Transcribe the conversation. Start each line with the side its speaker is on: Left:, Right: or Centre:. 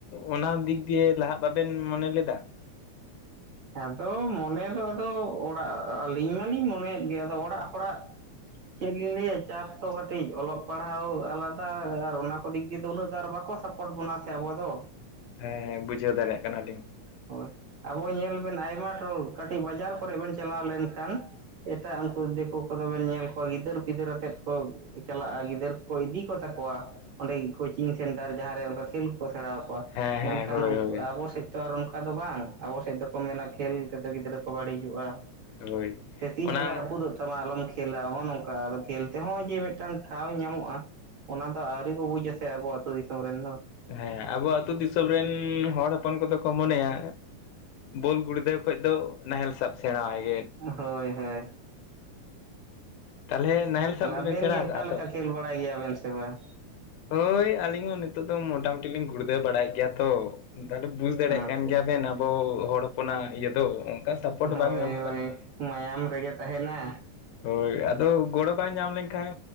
Left: ᱚᱱᱟ ᱫᱤᱠ ᱫᱤᱭᱮ ᱞᱟᱦᱟᱜ ᱵᱟᱵᱮᱱ ᱢᱚᱱᱮ ᱞᱮᱫᱟ?
Right: ᱟᱫᱚ ᱢᱚᱱᱮ ᱫᱚ ᱟᱫᱚ ᱚᱲᱟᱜ ᱟᱹᱞᱤᱧ ᱢᱟᱞᱤᱧ ᱢᱚᱱᱮᱭᱮᱫ ᱜᱮ ᱟᱫᱚ ᱚᱲᱟᱜ ᱦᱚᱲᱟᱜ᱾ ᱪᱮᱫ ᱞᱤᱧ ᱞᱟᱹᱭᱟ ᱪᱟᱯ ᱫᱚ ᱠᱟᱹᱴᱤᱡ ᱚᱞᱚᱜ ᱯᱟᱲᱦᱟᱣ ᱟᱞᱟᱫᱟ ᱟᱨ ᱚᱱᱟ ᱠᱚ ᱫᱤᱠ ᱫᱤᱭᱮ ᱫᱚ ᱩᱱᱟᱹᱜ ᱫᱚ ᱟᱨ ᱵᱟᱠᱚ ᱵᱟᱠᱚ ᱥᱟᱯᱚᱴ ᱵᱚᱱᱟ ᱥᱮ ᱟᱵᱚ ᱫᱚ᱾
Left: ᱦᱮᱸ ᱵᱩᱡᱷᱟᱹᱣ ᱫᱟᱨᱮᱭᱟᱜ ᱠᱟᱱᱟᱞᱤᱧ᱾
Right: ᱦᱳᱭ ᱟᱵᱚ ᱧᱮᱞ ᱵᱮᱱ ᱟᱭᱢᱟ ᱴᱨᱚᱞ ᱠᱟᱹᱴᱤᱡ ᱵᱟᱡᱟᱨ ᱠᱚᱨᱮ ᱵᱮᱱ ᱪᱟᱞᱟᱣ ᱞᱮᱱᱠᱷᱟᱱ ᱮᱴᱟᱜ ᱩᱱᱠᱩ ᱫᱤᱠᱩ ᱠᱚᱫᱚᱵᱮᱱ ᱧᱮᱞ ᱠᱚᱣᱟ ᱜᱤᱫᱟᱹᱨ ᱯᱤᱫᱟᱹᱨ ᱟᱛᱮᱫ ᱠᱚ ᱪᱟᱞᱟᱜᱼᱟ ᱜᱤᱫᱟᱹᱨ ᱠᱚᱠᱚ ᱤᱫᱤ ᱠᱚᱛᱟᱠᱚᱣᱟ ᱚᱸᱰᱮ ᱠᱳᱪᱤᱝ ᱥᱮᱱᱴᱟᱨ ᱡᱟᱦᱟᱸᱨᱮ ᱚᱱᱠᱟ ᱠᱷᱮᱞ ᱠᱚ ᱥᱮᱬᱟᱣᱟᱠᱚᱣᱟ
Left: ᱦᱮᱸ
Right: ᱢᱮᱱᱠᱷᱟᱱ
Left: ᱦᱮᱸ ᱦᱳᱭ
Right: ᱩᱱᱠᱩ
Left: ᱦᱳᱭ
Right: ᱟᱵᱚ ᱥᱮᱫ ᱛᱚ ᱟᱨ ᱚᱱᱠᱟ ᱫᱚ ᱵᱟᱝ ᱟᱵᱚ ᱥᱮᱫ ᱫᱚ ᱢᱮᱱᱟ ᱠᱚ ᱢᱮᱱᱟ ᱠᱷᱮᱞ ᱛᱮᱫᱚ ᱜᱤᱫᱽᱨᱟᱹ ᱠᱚ ᱵᱟᱹᱲᱤᱡᱚᱜᱼᱟ,
Left: ᱦᱳᱭ
Right: ᱥᱮ ᱛᱤ
Left: ᱚᱱᱟ
Right: ᱡᱟᱸᱜᱟ ᱨᱟᱹᱯᱩᱫᱚᱜ ᱾ ᱛᱟᱢᱟ ᱟᱞᱚᱢ ᱠᱷᱮᱞᱟ ᱱᱚᱜᱼᱚ ᱱᱚᱝᱠᱟ ᱟᱫᱚ ᱠᱷᱮᱞ ᱛᱮᱦᱚᱸ ᱡᱮ ᱢᱤᱫᱴᱟᱝ ᱴᱷᱟᱶ ᱧᱟᱢᱚᱜᱼᱟ᱾ ᱚᱱᱟ ᱫᱚ ᱟᱹᱣᱨᱤ ᱠᱚ ᱵᱩᱡᱟ ᱥᱮ ᱟᱵᱚ ᱟᱹᱛᱩ ᱫᱤᱥᱚᱢ ᱨᱮᱱ ᱫᱚ᱾
Left: ᱦᱮᱸ ᱟᱵᱚ ᱟᱹᱛᱩ ᱫᱤᱥᱚᱢ ᱨᱮᱱ ᱦᱚᱲ ᱦᱚᱯᱚᱱ ᱠᱚᱫᱚ ᱠᱚ ᱢᱚᱱᱮᱭᱟ ᱵᱳᱞ ᱜᱩᱲᱫᱟᱹᱣ ᱠᱷᱚᱡ ᱫᱚ ᱱᱟᱦᱮᱞ ᱥᱟᱵ ᱥᱮᱬᱟᱟᱭ
Right: ᱦᱳᱭ ᱦᱳᱭ᱾
Left: ᱛᱟᱦᱚᱞᱮ ᱱᱟᱦᱮᱞ
Right: ᱛᱟᱦᱚᱞᱮ
Left: ᱥᱟᱵ ᱫᱚᱵᱮᱱ
Right: ᱟᱵᱮᱱ
Left: ᱥᱮᱬᱟ
Right: ᱜᱮ
Left: ᱟᱠᱟᱜᱼᱟ
Right: ᱚᱠᱟ ᱞᱮᱠᱟ
Left: ᱛᱚ?
Right: ᱠᱷᱮᱞ ᱵᱟᱲᱟᱭ ᱜᱮᱭᱟᱵᱮᱱ ᱥᱮ ᱵᱟᱝ?
Left: ᱦᱳᱭ ᱟᱹᱞᱤᱧ ᱦᱚᱸ ᱱᱤᱛᱳᱜ ᱫᱚ ᱢᱚᱴᱟᱢᱩᱴᱤ ᱞᱤᱧ ᱜᱩᱲᱫᱟᱹᱣ ᱵᱟᱲᱟᱭᱮᱫ ᱜᱮᱭᱟ ᱛᱚ᱾ ᱛᱟᱦᱞᱮ ᱵᱩᱡ ᱫᱟᱲᱮᱭᱟᱜ
Right: ᱟᱪᱪᱷᱟ
Left: ᱠᱟᱱ ᱜᱮᱭᱟ
Right: ᱟᱪᱪᱷᱟ
Left: ᱵᱮᱱ ᱟᱵᱚ ᱦᱚᱲ ᱦᱚᱯᱚᱱᱟᱜ ᱤᱭᱟᱹ ᱫᱚ᱾ ᱠᱟᱱ ᱥᱟᱯᱳᱴ
Right: ᱦᱳᱭ
Left: ᱵᱟᱝ ᱧᱟᱢᱚᱜ
Right: ᱦᱳᱭ
Left: ᱠᱟᱱᱟ᱾
Right: ᱢᱟᱭᱟᱢ ᱨᱮᱜᱮ ᱛᱟᱦᱮᱱᱟ
Left: ᱦᱳᱭ ᱟᱫᱚ ᱜᱚᱲᱚ ᱵᱟᱝ ᱧᱟᱢ ᱞᱮᱱᱠᱷᱟᱱ